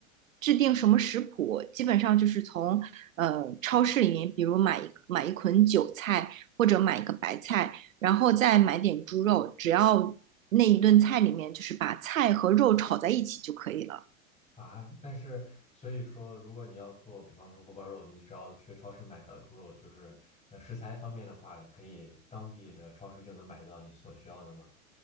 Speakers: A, on the right; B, on the left.
A: 制定什么食谱，基本上就是从呃超市里面，比如买一买一捆韭菜或者买一个白菜。然后再买点猪肉，只要那一顿菜里面就是把菜和肉炒在一起就可以了。
B: 啊，但是所以说，如果你要做，比方说锅包肉，你只要去超市买到猪肉，就是呃食材方面的话，你可以当地的超市就能买到你所需要的吗？